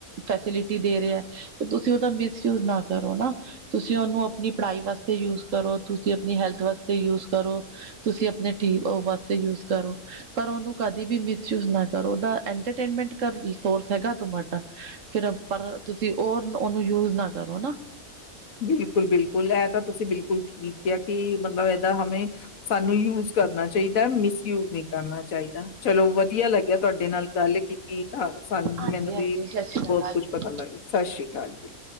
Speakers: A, on the right; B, on the left.
A: ਫੈਸਿਲਿਟੀ ਦੇ ਰਿਹਾ ਹੈ। ਤੇ ਤੁਸੀਂ ਉਹਦਾ ਮਿਸਯੂਜ ਨਾ ਕਰੋ। ਨਾ ਤੁਸੀਂ ਉਹਨੂੰ ਆਪਣੀ ਪੜ੍ਹਾਈ ਵਾਸਤੇ ਯੂਜ ਕਰੋ। ਤੁਸੀਂ ਆਪਣੀ ਹੈਲਥ ਵਾਸਤੇ ਯੂਜ ਕਰੋ। ਤੁਸੀਂ ਆਪਣੇ ਟੀ ਵਾਸਤੇ ਯੂਜ ਕਰੋ। ਪਰ ਉਹਨੂੰ ਕਦੇ ਵੀ ਮਿਸਯੂਜ ਨਾ ਕਰੋ। ਉਹਦਾ ਐਟਰਟੇਨਮੈਂਟ ਕਰ ਸੋਰਸ ਹੈਗਾ ਤ ਮਾਡਾ ਫਿਰ ਪਰ ਤੁਸੀਂ ਰ ਉਹਨੂੰ ਯੂਜ ਨਾ ਕਰੋ ਨਾ।
B: ਬਿਲਕੁਲ- ਬਿਲਕੁਲ ਇਹ ਤਾਂ ਤੁਸੀਂ ਬਿਲਕੁਲ ਠੀਕ ਹੈ। ਕਿ ਮਤਲਬ ਹਾਂ ਹਵੇਂ ਸਾਨੂੰ ਯੂ ਕਰਨਾ ਚਾਹੀਦਾ। ਮਿਸਯੂਜ ਨਹੀਂ ਕਰਨਾ ਚਾਹੀਦਾ। ਚਲੋ ਵਧੀਆ ਲੱਗਿਆ ਤੁਹਾਡੇ ਨਾਲ ਗੱਲ ਕੀਤੀ। ਤਾਂ ਸਾਨੂੰ
A: ਹਾਂਜੀ
B: ਮੈਨੂੰ
A: ਹਾਂਜੀ
B: ਵੀ
A: ਸਤਿ ਸ਼੍ਰੀ
B: ਬਹੁਤ
A: ਅਕਾਲ
B: ਕੁਛ
A: ਜੀ
B: ਪਤਾ ਲੱਗ। ਸਤਿ ਸ੍ਰੀ ਅਕਾਲ ਜੀ।